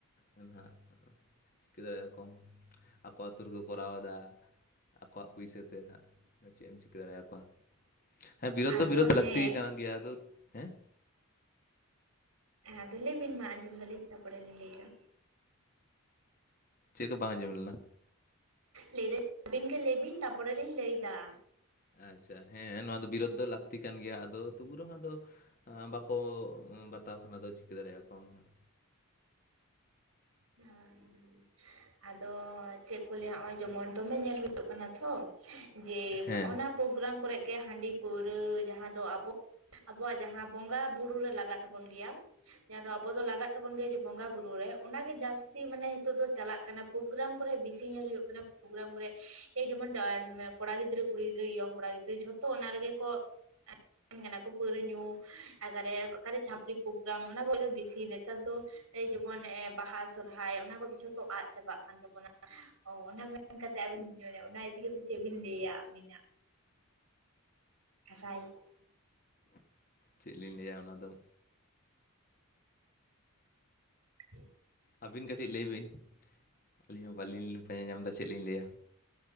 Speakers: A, on the left; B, on the right.
A: ᱱᱟᱦᱟᱜ ᱫᱟᱲᱮᱭᱟᱠᱚ ᱟᱠᱚ ᱟᱛᱩ ᱨᱮᱠᱚ ᱠᱚᱨᱟᱣ ᱫᱟ ᱟᱠᱚᱣᱟᱜ ᱯᱩᱭᱥᱟᱹ ᱛᱮ᱾ ᱪᱮᱫ ᱮᱢ ᱪᱤᱠᱟᱹ ᱫᱟᱲᱮᱭᱟᱠᱚᱣᱟ, ᱦᱮᱸ ᱵᱤᱨᱳᱫ ᱫᱚ
B: ᱟᱫᱚ
A: ᱵᱤᱨᱳᱫ
B: ᱦᱮᱸ
A: ᱞᱟᱹᱠᱛᱤ᱾ ᱠᱟᱱ ᱜᱮᱭᱟ ᱟᱫᱚ ᱦᱮᱸ
B: ᱟᱫᱚ ᱞᱟᱹᱭ ᱵᱤᱱ ᱢᱟ ᱟᱸᱡᱚᱢ ᱫᱟᱞᱤᱧ ᱛᱟᱨᱯᱚᱨᱮ ᱞᱤᱧ ᱞᱟᱹᱭ ᱫᱟ᱾
A: ᱪᱮᱫ ᱦᱚᱸ ᱵᱟᱝ ᱟᱸᱡᱚᱢ ᱞᱮᱱᱟ᱾
B: ᱞᱟᱹᱭᱫᱟᱹᱧ ᱟᱹᱵᱤᱱ ᱜᱮ ᱞᱟᱹᱭ ᱵᱤᱱ ᱛᱟᱯᱚᱨᱮᱞᱤᱧ ᱞᱟᱹᱭᱫᱟ
A: ᱟᱪᱪᱷᱟ ᱦᱮᱸ ᱱᱚᱣᱟ ᱫᱚ ᱵᱤᱨᱳᱫ ᱫᱚ ᱞᱟᱹᱠᱛᱤ ᱠᱟᱱ ᱜᱮᱭᱟ᱾ ᱟᱫᱚ ᱛᱚᱵᱩ ᱨᱮᱦᱚᱸ ᱫᱚ ᱵᱟᱠᱚ ᱵᱟᱛᱟᱣ ᱠᱷᱟᱱ ᱟᱫᱚ ᱪᱤᱠᱟᱹ ᱫᱟᱲᱮᱭᱟ ᱠᱚᱣᱟᱢ ᱦᱟᱸᱜ᱾
B: ᱦᱮᱸ ᱟᱫᱚ ᱪᱮᱫ ᱠᱚ ᱞᱟᱹᱭᱟ ᱱᱚᱜᱼᱚᱭ ᱡᱮᱢᱚᱱ ᱫᱚᱢᱮ ᱧᱮᱞ ᱦᱩᱭᱩᱜ ᱠᱟᱱᱟ ᱛᱷᱚ᱾ ᱡᱮ
A: ᱦᱮᱸ
B: ᱚᱱᱟ ᱯᱳᱜᱨᱟᱢ ᱠᱚᱨᱮ ᱜᱮ ᱦᱟᱺᱰᱤ ᱯᱟᱹᱣᱨᱟᱹ ᱡᱟᱦᱟᱸ ᱫᱚ ᱟᱵᱚ ᱟᱵᱚᱣᱟᱜ ᱡᱟᱦᱟᱸ ᱵᱚᱸᱜᱟ ᱵᱩᱨᱩ ᱨᱮ ᱞᱟᱜᱟᱜ ᱛᱟᱵᱚᱱ ᱜᱮᱭᱟ᱾ ᱡᱟᱦᱟᱸ ᱫᱚ ᱟᱵᱚ ᱫᱚ ᱞᱟᱜᱟᱜ ᱛᱟᱵᱚᱱ ᱜᱮᱭᱟ ᱡᱮ ᱵᱚᱸᱜᱟ ᱵᱩᱨᱩ ᱨᱮ, ᱚᱱᱟᱜᱮ ᱡᱟᱹᱥᱛᱤ ᱢᱟᱱᱮ ᱱᱤᱛᱚᱜ ᱫᱚ ᱪᱟᱞᱟᱜ ᱠᱟᱱᱟ ᱯᱨᱳᱜᱨᱟᱢ ᱠᱚᱨᱮ ᱵᱤᱥᱤ ᱧᱮᱞ ᱦᱩᱭᱩᱜ ᱠᱟᱱᱟ ᱯᱨᱳᱜᱨᱟᱢ ᱠᱚᱨᱮ᱾ ᱮᱭ ᱡᱮᱢᱚᱱ ᱠᱚᱲᱟ ᱜᱤᱫᱽᱨᱟᱹ ᱠᱩᱲᱤ ᱜᱤᱫᱽᱨᱟᱹ ᱤᱭᱚᱝ ᱠᱚᱲᱟ ᱜᱤᱫᱽᱨᱟᱹ ᱡᱷᱚᱛᱚ ᱚᱱᱟ ᱨᱮᱜᱮ ᱠᱚ <unintelligible> ᱠᱚ ᱯᱟᱹᱣᱨᱟ ᱧᱩ ᱮᱠᱟᱨᱮ ᱚᱠᱟᱨᱮ ᱪᱷᱟᱯᱨᱤ ᱯᱳᱜᱨᱟᱢ ᱚᱱᱟ ᱠᱚ ᱦᱚᱸ ᱵᱮᱥᱤ ᱱᱮᱛᱟᱨ ᱫᱚ ᱡᱮᱢᱚᱱ ᱵᱟᱦᱟ ᱥᱚᱨᱦᱟᱭ ᱚᱱᱟ ᱠᱚᱜᱮ ᱡᱷᱚᱛᱚ ᱟᱫ ᱪᱟᱵᱟᱜ ᱠᱟᱱ ᱛᱟᱵᱚᱱᱟ᱾ ᱚ ᱚᱱᱟ ᱢᱮᱱ ᱠᱟᱛᱮᱜ ᱟᱹᱵᱤᱱ ᱚᱱᱟ ᱤᱫᱤ ᱠᱟᱛᱮ ᱪᱮᱫ ᱵᱤᱱ ᱞᱟᱹᱭᱟ ᱟᱹᱵᱤᱱᱟᱜ <unintelligible>
A: ᱪᱮᱫ ᱞᱤᱧ ᱞᱟᱹᱭᱟ ᱚᱱᱟ ᱫᱚ?
B: <inaudible>
A: ᱟᱹᱵᱤᱱ ᱠᱟᱹᱴᱤᱡ ᱞᱟᱹᱭ ᱵᱤᱱ? ᱟᱹᱞᱤᱧ ᱢᱟ ᱵᱟᱹᱞᱤᱧ ᱯᱟᱸᱡᱟ ᱧᱟᱢ ᱫᱟ ᱪᱮᱫ ᱞᱤᱧ ᱞᱟᱹᱭᱟ᱾